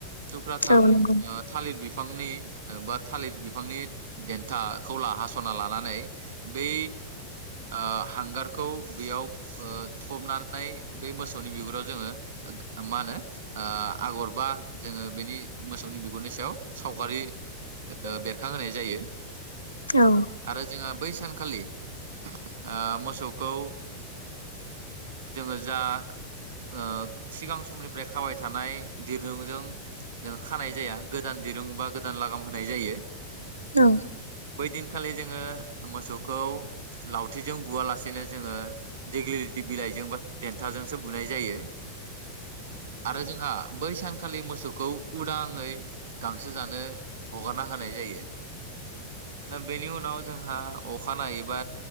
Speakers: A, on the right; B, on the left.
A: टुका्थाम
B: औ नंगौ
A: थालिर बिफां बिफांनि बा थालिर बिफांनि देन्थाखौ ला हास'ना लानानै बै ओ हांगारखौ बेयाव ओ थबनानै बे मोसौनि बिगुराव जोङो मा होनो आगरबा जोङो बेनि मोसौनि बिगुरनि सायाव सावगारि बेरखांहोनाय जायो।
B: औ
A: आरो जोंहा बै सानखालि ओ मोसौखौ जोङो जा ओ सिगां समनिफ्राय खाबाय थानाय दिरुंजों जों खानाय जाया गोदान दिरुं बा गोदान लागाम होनाय जायो।
B: औ
A: बै दिनखालि जोङो मोसौखौ लावथिजों बुवालासेनो जोङोे देग्लिलिथि बिलाइजों बा देन्थाजोंसो बुनाय जायो। आरो जोंहा बै सान ऐदिन खालि मोसौखौ उदाङै गांसो जानो हगारना होनाय जायो। दा बेनि उनाव जोंहा अखानायैबा